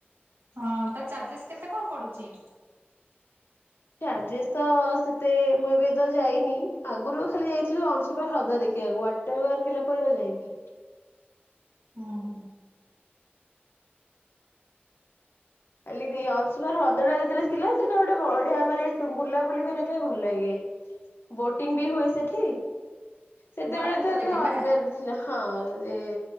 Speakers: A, on the right (about 75°); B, on the left (about 70°).
A: ହଁ ତା ଚାର୍ଜେସ୍ କେତେ କଣ ପଡୁଛି?
B: ଚାର୍ଜିସ୍ ତ ସେତେ ମୁଁ ଏବେ ତ ଯାଇନି, ଆଗରୁ ଖାଲି ଯାଇଥିଲୁ ଅଂଶୁପା ହ୍ରଦ। ଦେଖିବାକୁ ୱାଟର ପାର୍କ ହେଲା ପରେ ଆଉ ଯାଇନି।
A: ହଁ।
B: ଖାଲି ଅଂଶୁପା ହ୍ରଦ ଟା ଯେତେବେଳ ଥିଲା, ସେଇଟା ଗୋଟେ ବଢିଆ ମାନେ ବୁଲାବୁଲି କରିବା ପାଇଁ ଭଲ ଲାଗେ। ବୋଟିଂ ବି ହୁଏ ସେଠି, ସେତେବେଳେ
A: ବଡ ପୋଖରୀଟେ
B: ତ ଯେ
A: ନା
B: ଅନମ୍ୟରେଡ ଥିଲା ହଁ। ସେ